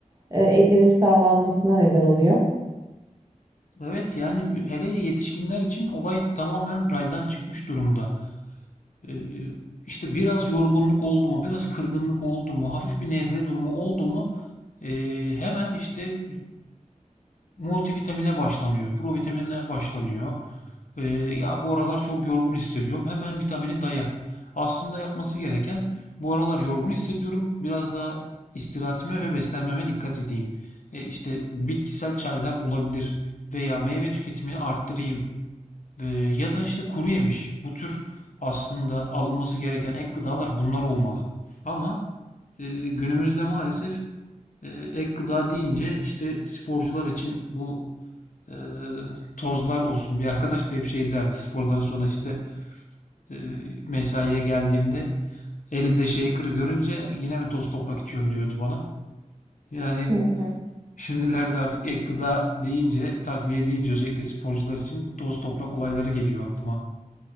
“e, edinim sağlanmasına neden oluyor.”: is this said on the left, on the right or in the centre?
Right